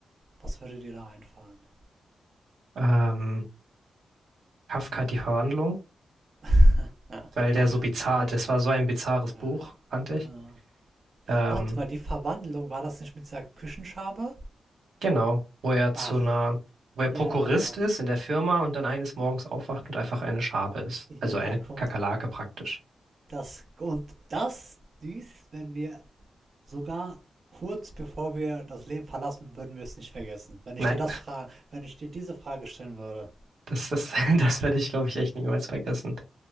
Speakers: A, on the right; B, on the right.
A: Was würde dir da einfallen?
B: Ähm, Kafka, die Verwandlung,
A: <laughs>
B: weil der so bizarr,
A: Kafka.
B: das war so ein bizarres Buch,
A: Ja.
B: fand ich.
A: Äh.
B: Ähm,
A: Warte mal, die Verwandlung, war das nicht mit dieser Küchenschabe?
B: genau, wo er zu
A: Ach,
B: einer, wo er Prokurist
A: ja, ja.
B: ist in der Firma und dann eines Morgens aufwacht und einfach eine Schabe ist.
A: <laughs> Ja,
B: Also eine
A: guck. mal.
B: Kakerlake praktisch.
A: Das, und das, dies, wenn wir sogar kurz bevor wir das Leben verlassen, würden wir es nicht vergessen. Wenn ich
B: Nein,
A: dir das frage, wenn ich dir diese Frage stellen würde.
B: das, das, <laughs> das werde ich, glaube ich, echt niemals vergessen.